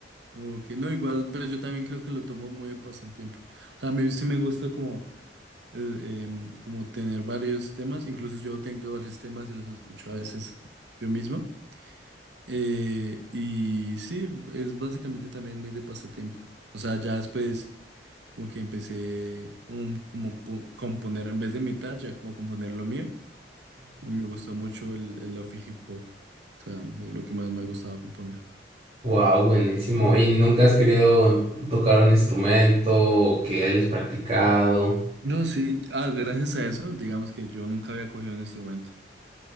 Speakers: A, on the right (about 80°); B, on the right (about 35°).
A: Ok, No, igual, pero yo también creo que lo tomo muy de pasatiempo. O sea, a mí sí me gusta como, eh, em, como tener varios temas. Incluso yo tengo varios temas y los escucho a veces yo mismo. Eh, y sí, es básicamente también muy de pasatiempo. O sea, ya después como que empecé como, como po- componer en vez de imitar, ya como a componer lo mío. Y me gustó mucho el, el lofi hip hop. O sea, es lo que más me gustaba componer.
B: Wow, buenísimo. ¿Y nunca has querido em- tocar un instrumento o que hayas practicado?
A: No, sí, ah, gracias a eso, digamos que yo nunca había cogido un instrumento.